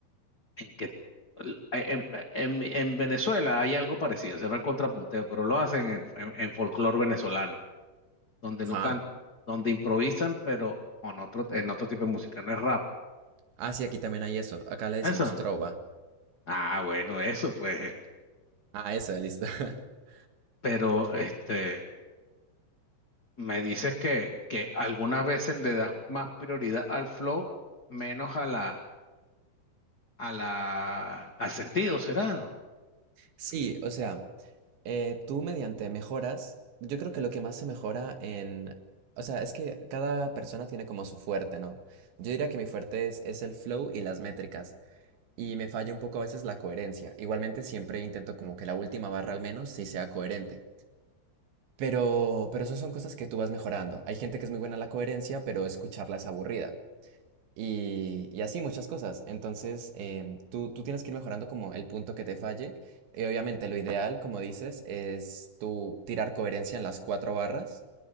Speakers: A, on the left (about 80°); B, on the right (about 70°).
A: en que, en, en- en Venezuela hay algo parecido, se llama el contrapunteo, pero lo hacen en, en, en folclore venezolano. donde
B: Ajá.
A: no cantan, donde improvisan, pero con otro, en otro tipo de música, no es rap.
B: Ah, sí, aquí también hay eso. Acá le decimos
A: ¿Eso?
B: trova.
A: Ah, bueno, eso pues.
B: Ah, esa, listo. <laughs>
A: Pero este, me dices que, que algunas veces le das más prioridad al flow, menos a la, a la, al sentido, ¿será?
B: Sí, o sea, eh, tú mediante mejoras, yo creo que lo que más se mejora en... O sea, es que cada persona tiene como su fuerte, ¿no? Yo diría que mi fuerte es, es el flow y las métricas. y me falla un poco a veces la coherencia. Igualmente siempre intento como que la última barra al menos sí sea coherente. Pero, pero esas son cosas que tú vas mejorando. Hay gente que es muy buena en la coherencia, pero escucharla es aburrida. Y, y así muchas cosas. Entonces, em, tú, tú tienes que ir mejorando como el punto que te falle. Y obviamente lo ideal, como dices, es tú tirar coherencia en las cuatro barras